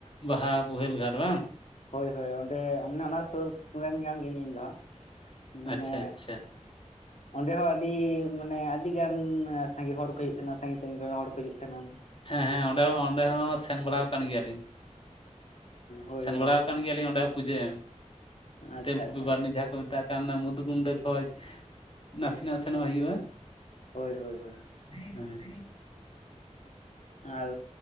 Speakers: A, on the left; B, on the left.
A: ᱵᱟᱦᱟ ᱵᱳᱦᱮᱞ ᱜᱷᱟᱴ ᱵᱟᱝ?
B: ᱦᱳᱭ ᱦᱳᱭ ᱚᱸᱰᱮ ᱮ ᱚᱱᱮ ᱚᱱᱟ ᱥᱩᱨ ᱨᱮᱱ ᱠᱟᱱ ᱜᱤᱭᱟᱹᱧ ᱤᱧ ᱫᱚ ᱦᱟᱸᱜ, ᱢᱟᱱᱮ
A: ᱟᱪᱪᱷᱟ ᱟᱪᱪᱷᱟ
B: ᱚᱸᱰᱮ ᱦᱚᱸ ᱟᱹᱰᱤ ᱢᱟᱱᱮ ᱟᱹᱰᱤ ᱜᱟᱱ ᱥᱟᱸᱜᱤ ᱦᱚᱲ ᱠᱚᱦᱚ ᱦᱩᱭᱩᱜ ᱛᱟᱦᱮᱱᱟ ᱥᱟᱺᱜᱤᱧ ᱥᱟᱺᱜᱤᱧ ᱨᱮᱱ ᱦᱚᱲ ᱠᱚ ᱦᱤᱡᱩᱜ ᱛᱟᱦᱮᱱᱟ᱾
A: ᱦᱮᱸ ᱦᱮᱸ ᱚᱸᱰᱮ ᱦᱚᱸ ᱚᱸᱰᱮ ᱦᱚᱸ ᱥᱮᱱ ᱵᱟᱲᱟᱣ ᱠᱟᱱ ᱜᱮᱭᱟᱞᱤᱧ᱾
B: ᱦᱳᱭ
A: ᱥᱮᱱ ᱵᱟᱲᱟᱣ ᱠᱟᱱ ᱜᱮᱭᱟᱞᱤᱧ ᱚᱸᱰᱮ ᱦᱚᱸ ᱯᱩᱡᱟᱹ ᱮᱢ
B: ᱟᱪᱪᱷᱟ
A: ᱛᱮᱞᱠᱩᱯᱤ
B: ᱟᱪᱪᱷᱟ
A: ᱵᱟᱨᱱᱤ ᱡᱟᱦᱟᱸ ᱠᱚ ᱢᱮᱛᱟᱜ ᱠᱟᱱ ᱚᱱᱟ ᱢᱩᱫᱷᱩ ᱠᱩᱱᱰᱟᱹ ᱠᱷᱚᱡ ᱱᱟᱥᱮᱱᱟᱜ ᱥᱮᱱᱚᱜ ᱦᱩᱭᱩᱜᱼᱟ᱾
B: ᱦᱳᱭ ᱦᱳᱭ ᱦᱳᱭ,
A: ᱦᱮᱸ
B: ᱟᱨ